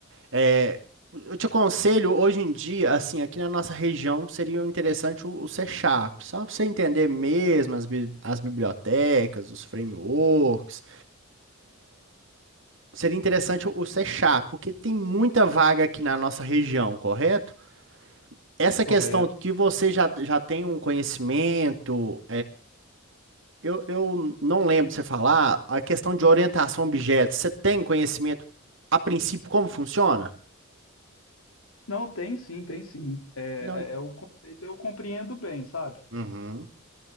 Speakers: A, on the right; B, on the left.
A: É, eu te aconselho, hoje em dia, assim, aqui na nossa região, seria interessante o, o C Sharp, só para você entender mesmo as, bi- as bibliotecas, os frameworks. Seria interessante o C Sharp, porque tem muita vaga aqui na nossa região, correto? Essa
B: correto.
A: questão que você já, já tem um conhecimento. Eu, eu não lembro de você falar a questão de orientação a objetos. Você tem conhecimento, a princípio, como funciona?
B: Não, tem sim, tem sim. É,
A: Não.
B: é é o conceito eu compreendo bem, sabe?
A: Uhum,